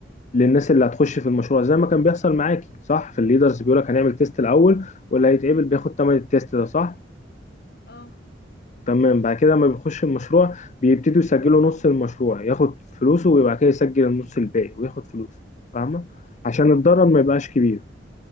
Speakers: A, on the left; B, on the left.
A: للناس اللي هتخش في المشروع زي ما كان بيحصل معاكي صح في الليدرز بيقولك
B: مم.
A: هنعمل تيست الاول واللي هيتقبل
B: مم.
A: بياخد تمن التيست ده صح
B: اه
A: تمام بعد كده لما بيخش المشروع بيبتدوا يسجلوا نص المشروع ياخد فلوسه وبعد كده يسجل النص الباقي وياخد فلوسه فاهمة عشان الضرر ما يبقاش كبير